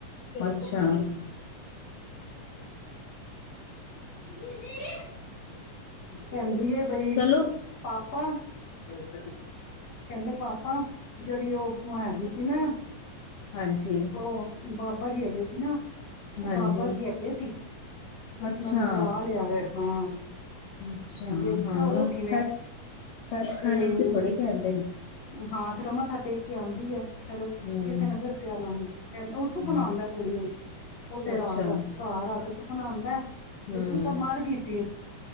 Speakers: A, on the left (about 80°); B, on the left (about 40°).
A: ਅੱਛਾ,
B: ਦੀਦੀ ਕਹਿੰਦੀ ਐ ਬਈ
A: ਚਲੋ
B: ਪਾਪਾ
A: <inaudible>
B: ਕਹਿੰਦੇ ਪਾਪਾ ਜਿਹੜੀ ਉਹ ਮੈਂ ਹੈਗੀ ਸੀ ਨਾ
A: ਹਾਂਜੀ
B: ਉਹ ਬਾਬਾ ਜੀ ਹੈਗੇ ਸੀ ਨਾ ਔ
A: ਹਾਂਜੀ
B: ਬਾਬਾ ਜੀ ਹੈਗੇ ਸੀ, ਤੁਸੀਂ
A: ਅੱਛਾ
B: ਮੈਨੂੰ ਬਚਾ ਲਿਆ ਵੈ, ਹਾਂ।
A: ਅੱਛਾ,
B: ਕਹਿੰਦੇ ਅੱਛਾ
A: ਹਾਂ
B: ਉਹ
A: ਸੱਚ
B: ਕਿਵੇਂ
A: ਸੱਚ
B: ਤੇ
A: ਖੰਡ, ਇੰਜ ਥੋੜੇ ਕਹਿਦੇ।
B: ਹਾਂ ਫੇਰ ਉਹ ਮੱਥਾ ਟੇਕ ਕੇ ਆਉਂਦੀ ਹੈ, ਫੇਰ
A: ਹੂੰ
B: ਕਿਸੇ ਨੇ ਦੱਸਿਆ ਔਨਾਨੂੰ। ਕਹਿੰਦੇ ਉਹ ਸੁਪਨਾ
A: ਹੂੰ
B: ਆਉਂਦਾ ਕੁੜੀ ਨੂੰ, ਉਸੇ
A: ਅੱਛਾ
B: ਰਾਤ ਘਰ ਆ ਕੇ ਸੁ ਬਣਾਉਂਦਾ
A: ਹੂੰ
B: ਬਈ ਤੂੰ ਤਾਂ ਮਰ ਗਈ ਸੀ।